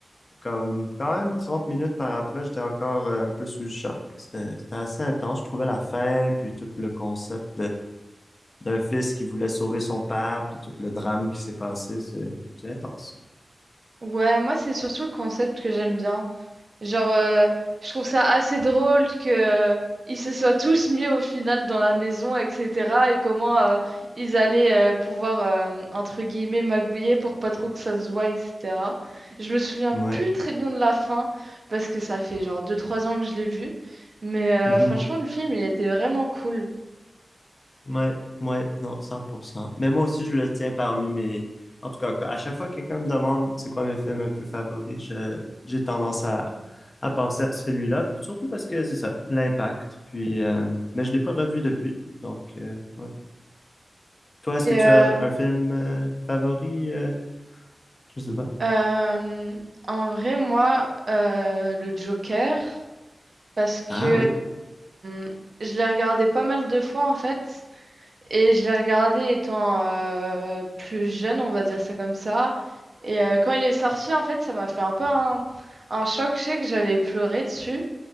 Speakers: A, on the left (about 40°); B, on the right (about 60°).
A: comme quand même 30 minutes par après, j'étais encore euh, un peu sous le choc. C'était c'était assez intense. Je trouvais la fin, puis tout le concept d'un fils qui voulait sauver son père, puis tout le drame qui s'est passé, c'est c'est intense.
B: ouais, moi c'est surtout le concept que j'aime bien. Genre, euh, je trouve ça assez drôle que euh, ils se soient tous mis au final dans la maison, etc. Et comment euh, ils allaient euh, pouvoir, euh, entre guillemets, magouiller pour pas trop que ça se voie, etc. Je me souviens
A: Ouais.
B: plus très bien de la fin, parce que ça fait genre deux trois ans que je l'ai vu. Mais euh,
A: Mhm.
B: franchement, le film, il était vraiment cool.
A: Ouais, ouais, non, 100%. Mais moi aussi, je le tiens parmi mes... En tout cas, à chaque fois que quelqu'un me demande c'est quoi mes films un peu favoris, je- j'ai tendance à, à penser à celui-là, puis surtout parce que c'est ça, l'impact, puis... euh, Mais je l'ai pas revu depuis, donc... euh, ouais. Toi, est-ce
B: Et
A: que tu
B: euh,
A: as un film euh, favori? euh, Je sais pas.
B: euh, en vrai, moi, euh, le Joker, parce que
A: Ah oui.
B: euh, je l'ai regardé pas mal de fois, en fait. Et je l'ai regardé étant euh, plus jeune, on va dire ça comme ça. Et euh, quand il est sorti, en fait, ça m'a fait un peu un, un choc. Je sais que j'avais pleuré dessus.